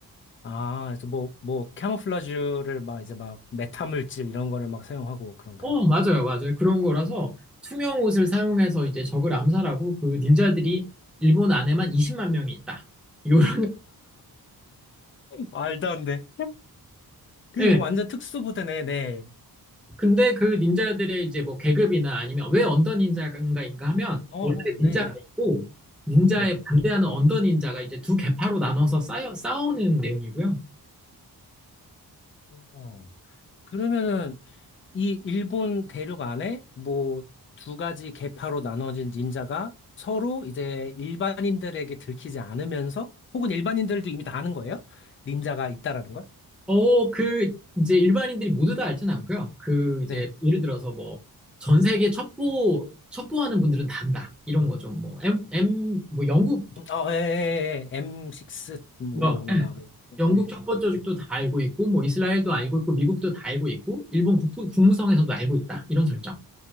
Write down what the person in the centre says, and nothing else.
어, 맞아요, 맞아요. 그런 거라서 투명 옷을 사용해서 이제 적을 암살하고 그 닌자들이 일본 안에만 20만 명이 있다. 요런,
예,
근데 그 닌자들의 이제 뭐 계급이나 아니면 왜 언더 닌자인가인가 하면
원래
닌자가
있고 닌자에
반대하는 언더 닌자가 이제 두 계파로 나눠서 싸여, 싸우는 내용이고요.
어, 그 이제 일반인들이 모두 다 알진 않고요. 그 이제
예를 들어서 뭐 전 세계 첩보 첩보하는 분들은 다 안다 이런 거죠. 뭐 M M 뭐 영국
뭐
영국
첩보 조직도 다 알고 있고 뭐 이스라엘도 알고 있고 미국도 다 알고 있고 일본 국부, 국무성에서도 알고 있다 이런 설정.